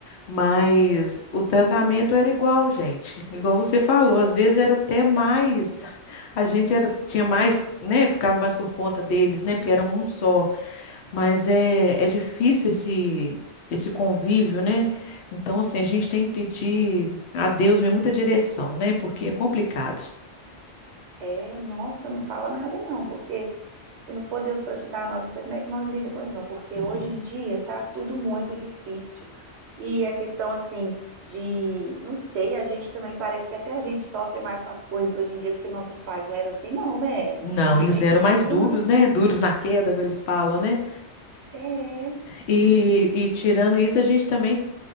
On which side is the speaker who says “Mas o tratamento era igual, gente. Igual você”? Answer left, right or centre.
Left